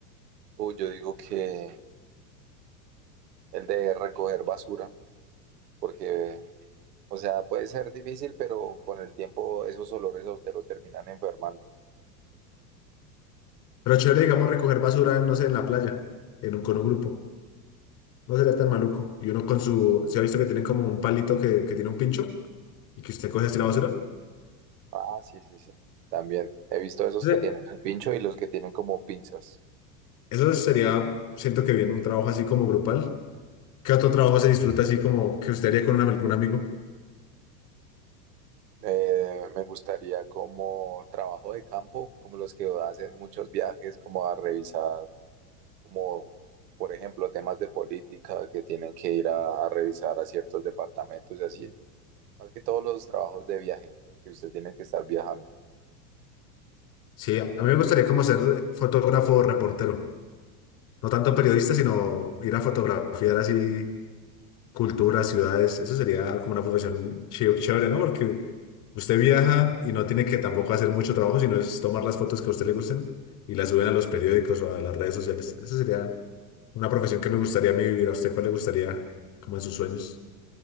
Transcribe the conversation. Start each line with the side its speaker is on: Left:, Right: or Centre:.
Right: uy, yo digo que el de recoger basura, porque, o sea, puede ser difícil, pero con el tiempo esos olores a usted lo terminan enfermando.
Left: Pero chévere, digamos, recoger basura, no sé, en la playa, en un, con un grupo. No sería tan maluco. Y uno con su, ¿se ha visto que tienen como un palito que, que tiene un pincho y que usted coge así la basura?
Right: Ah, sí, sí, sí. También he visto esos
Left: Ese-
Right: que tienen el pincho y los que tienen como pinzas.
Left: Eso sería, siento que bien, un trabajo así como grupal. ¿Qué otro trabajo se disfruta así como que usted haría con un, algún amigo?
Right: Eh, me gustaría como trabajo de campo, como los que hacen muchos viajes, como a revisar, como por ejemplo temas de política que tienen que ir a, a revisar a ciertos departamentos y así. Más que todos los trabajos de viaje que usted tiene que estar viajando.
Left: Sí, a mí me gustaría como ser fotógrafo o reportero. No tanto periodista, sino ir a fotografiar así culturas, ciudades. Eso sería como una profesión chi- chévere, ¿no? Porque usted viaja y no tiene que tampoco hacer mucho trabajo, sino es tomar las fotos que a usted le gusten y las suben a los periódicos o a las redes sociales. Eso sería una profesión que me gustaría a mí vivir. ¿A usted cuál le gustaría como en sus sueños?